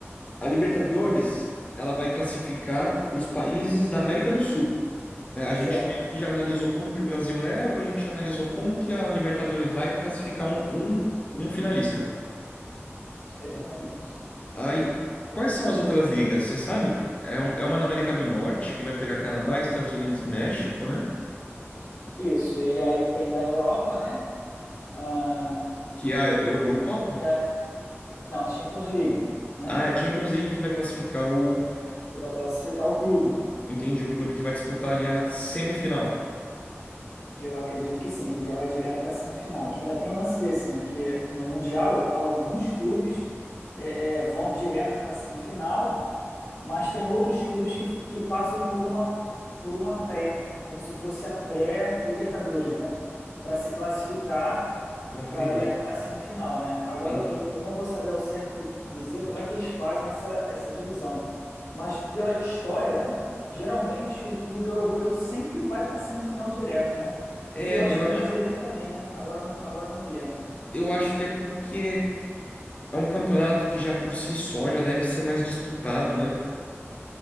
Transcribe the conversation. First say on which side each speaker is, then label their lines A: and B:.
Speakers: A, on the left; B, on the left.
A: A Libertadores, ela vai classificar os países da América do Sul. né? A
B: Certo,
A: gente meio que já analisou como que o Brasil leva, a gente já analisou como que a Libertadores vai classificar um, um, um finalista.
B: exatamente.
A: Aí, quais são as outras ligas? Você sabe? É, um- é uma na América do Norte, que vai pegar Canadá, Estados Unidos, México, né?
B: Isso, e aí tem da Europa, né? Ah,
A: Que é a Eurocopa.
B: que é- não, a Champions League, né?
A: Ah, é a Champions League que vai classificar o,
B: Que vai classificar o clube.
A: entendi, o clube que vai disputar ali a semifinal
B: Eu acredito que sim, ele já vai direto para a semifinal. Que ainda tem um lance desse, né? Que no Mundial, alguns clubes é, é, vão direto para a semifinal, mas tem outros clubes que, que passam por uma, por uma pré, como se fosse a pré-Libertadores, né? Para se classificar
A: para final.
B: para ir à semifinal, né? Agora
A: Entendi.
B: eu, eu não vou saber ao certo dizer como é que eles fazem essa, essa divisão, mas pela história, né? Geralmente o clube europeu sempre vai para a semifinal direto, né?
A: É,
B: E eu acho
A: eu
B: que
A: acho,
B: o brasileiro também, né? Agora eu não, agora eu não me lembro.
A: eu acho que é porque é um campeonato que já por si só já deve ser mais disputado, né?